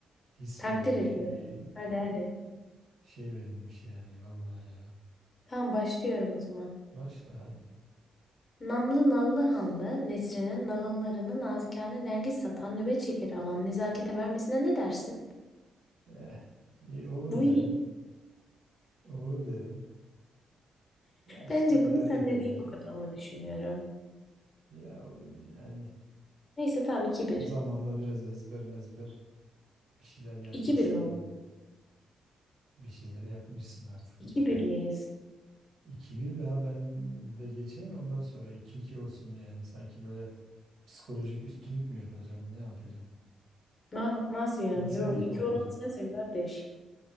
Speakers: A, on the right; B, on the left.
A: his
B: Takdir
A: verilmiş
B: ediyorum.
A: bir
B: Hadi hadi.
A: şey verilmiş yani vallahi ya
B: Tamam başlıyorum o zaman.
A: başla hadi
B: Namlı nallı hanlı Nesrin'in nalınlarını nazikane nergis satan nöbet şekeri alan nezakete vermesine ne dersin?
A: eh iyi olur
B: Bu
A: derim
B: iyi.
A: olur derim ya işte
B: Bence
A: idare
B: bunu sen
A: eder
B: de
A: ya
B: değil okuduğumu düşünüyorum.
A: ya yani
B: Neyse tamam iki bir
A: Zamanda biraz ezber mezber bir şeyler yapmışsın.
B: iki bir mi oldu?
A: yani. Bir şeyler yapmışsın artık.
B: iki
A: Bu
B: bir miyiz?
A: 2 bir daha ben de geçeyim ondan sonra iki iki olsun yani. Sanki böyle psikolojik üstünlük mü yapacaksın, ne yapacaksın?
B: Na, nasıl
A: Şimdi
B: yani?
A: sen
B: Yok
A: ilk
B: 2
A: okuyacaksın.
B: olan sensin kardeş.